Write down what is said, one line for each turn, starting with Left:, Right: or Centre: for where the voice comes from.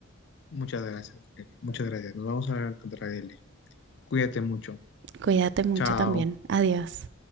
Left: Muchas gracias, Valeria. Muchas gracias. Nos vamos a encontrar, L. Cuídate mucho.
Right: Cuídate mucho
Left: Chao.
Right: también. Adiós.